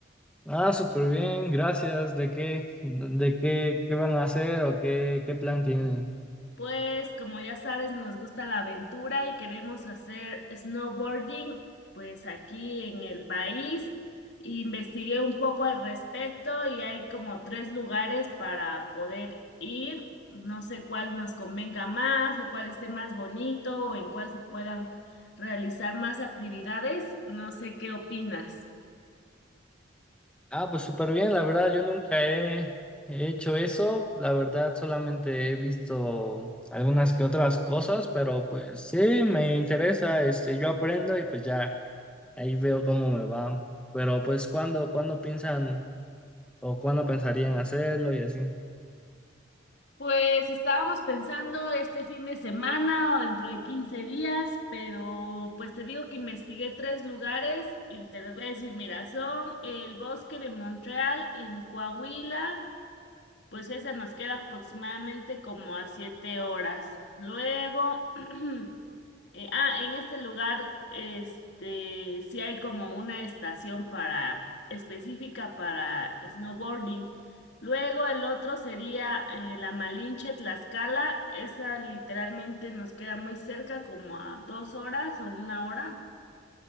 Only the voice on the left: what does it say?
Pues como ya sabes, nos gusta la aventura y queremos hacer snowboarding, pues aquí en el país. Investigué un poco al respecto y hay como tres lugares para poder ir. No sé cuál nos convenga más o cuál esté más bonito o en cuál se puedan realizar más actividades. No sé qué opinas.
Pues estábamos pensando este fin de semana o dentro de 15 días, pero pues te digo que investigué tres lugares y te los voy a decir, mira, son el bosque de Montreal en Coahuila, pues esa nos queda aproximadamente como a siete horas. Luego <clears throat> Eh, ah, en este lugar, este, sí hay como una estación para específica para snowboarding. Luego el otro sería eh, la Malinche Tlaxcala. Esa literalmente nos queda muy cerca, como a dos horas o una hora.